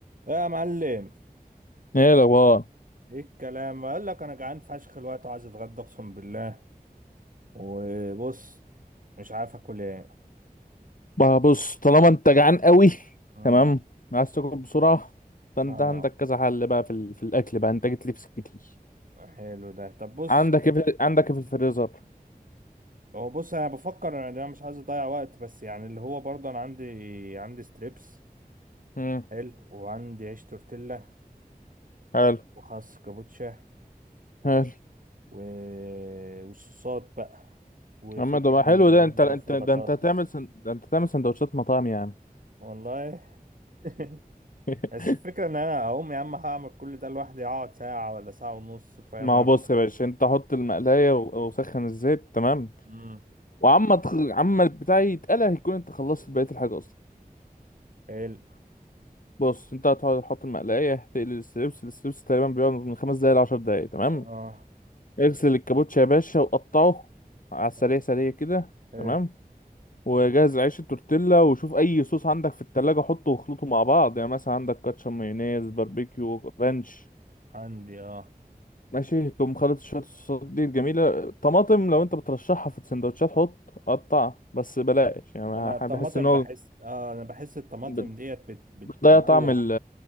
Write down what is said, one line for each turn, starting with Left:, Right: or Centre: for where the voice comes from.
Right: يا معلم
Left: ايه الاخبار
Right: ايه الكلام اقول لك انا جعان فشخ الوقت وعايز اتغدى اقسم بالله وبص مش عارف اكل ايه
Left: بقى بص طالما انت جعان قوي
Right: امم
Left: تمام عايز تاكل بسرعه فانت
Right: اه
Left: عندك كذا حل بقى في, ال... في الاكل بقى انت جيت لي في سكتي
Right: حلو ده طب بص
Left: عندك ايه في... عندك ايه في الفريزر
Right: هو بص انا بفكر انا أنا مش عايز اضيع وقت بس يعني اللي هو برضه انا عندي عندي ستريبس
Left: امم
Right: حلو وعندي عيش تورتيلا
Left: حلو
Right: وخس كابوتشا
Left: حلو
Right: و... والصوصات بقى وفي
Left: اما
Right: جبنه
Left: ده بقى حلو
Right: موزاريلا
Left: ده انت انت
Right: وفي بطاطس
Left: ده انت هتعمل سن... ده انت هتعمل سندوتشات مطاعم يعني
Right: والله <laughs>
Left: <laughs>
Right: بس الفكرة ان انا اقوم يا عم هعمل كل ده لوحدي اقعد ساعة ولا ساعة ونص فاهم
Left: ما هو
Right: انا
Left: بص
Right: مش
Left: يا باشا انت حط المقلايه و- وسخن الزيت تمام
Right: امم
Left: وعما تخ... عما البتاع يتقلى هيكون انت خلصت بقيه الحاجه اصلا
Right: حلو
Left: بص انت هتحط المقلايه تقلي الستريبس الستريبس تقريبا بيقعد من خمس دقايق لعشر دقايق تمام
Right: اه
Left: اغسل الكابوتشا يا باشا وقطعه على السريع
Right: حلو
Left: سريع كده
Right: حلو
Left: تمام وجهز عيش التورتيلا وشوف اي صوص عندك في التلاجة حطه واخلطه مع بعض يعني مثلا عندك كاتشب مايونيز باربيكيو رانش
Right: عندي اه
Left: ماشي تقوم خلط شوية الصوصات دي الجميلة طماطم لو انت بترشحها في السندوتشات حط قطع بس بلاش يعني
Right: لا
Left: أنا
Right: الطماطم
Left: بحس ان هو
Right: بحس اه انا بحس الطماطم
Left: بت-
Right: ديت بت... بتموع
Left: بتضيع طعم ال